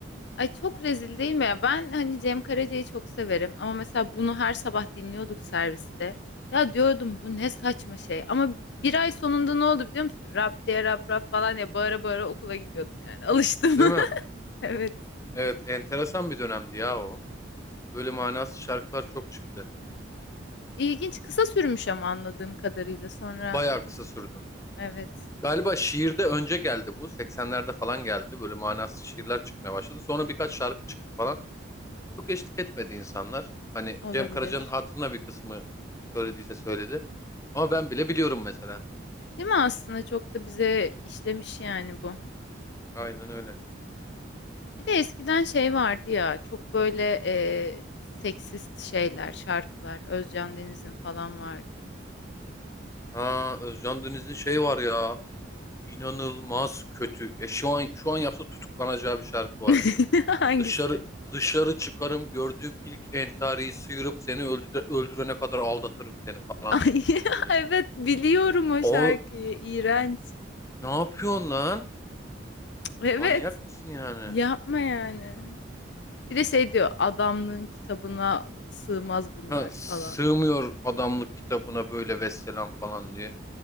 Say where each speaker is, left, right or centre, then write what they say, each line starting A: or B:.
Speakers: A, on the left (about 60°); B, on the left (about 15°).
A: Ay çok rezil değil mi ya? Ben hani Cem Karaca'yı çok severim ama mesela bunu her sabah dinliyorduk serviste. Ya diyordum bu ne saçma şey. Ama bir ay sonunda ne oldu biliyor musun? Rap diye rap rap falan ya bağıra bağıra okula gidiyordum yani. Alıştım.
B: Değil mi?
A: <laughs> Evet.
B: Evet, enteresan bir dönemdi ya o. Böyle manasız şarkılar çok çıktı.
A: İlginç kısa sürmüş ama anladığım kadarıyla sonra
B: Bayağı kısa sürdü.
A: Evet,
B: Galiba şiirde önce geldi bu. 80'lerde falan geldi. Böyle manasız şiirler çıkmaya başladı. Sonra birkaç şarkı çıktı falan. Çok eşlik etmedi insanlar. Hani
A: olabilir.
B: Cem Karaca'nın hatırına bir kısmı söylediyse söyledi. Ama ben bile biliyorum mesela.
A: Değil mi aslında çok da bize işlemiş yani bu.
B: Aynen öyle.
A: Bir de eskiden şey vardı ya çok böyle e, seksist şeyler, şarkılar. Özcan Deniz'in falan vardı.
B: Ha Özcan Deniz'in şey var ya. İnanılmaz kötü. Ya şu an şu an yapsa tutuklanacağı bir şarkı var.
A: <laughs> Hangisi?
B: Dışarı dışarı çıkarım gördüğüm ilk entariyi sıyırıp seni öldüre- öldürene kadar aldatırım seni falan
A: Ay, <laughs>
B: diyor böyle.
A: evet biliyorum o
B: O
A: şarkıyı. İğrenç.
B: ne yapıyorsun lan?
A: Evet.
B: Manyak mısın yani?
A: Yapma yani. Bir de şey diyor adamlığın kitabına sığmaz bunlar
B: Ha, sığmıyor
A: falan.
B: adamlık kitabına böyle vesselam falan diye.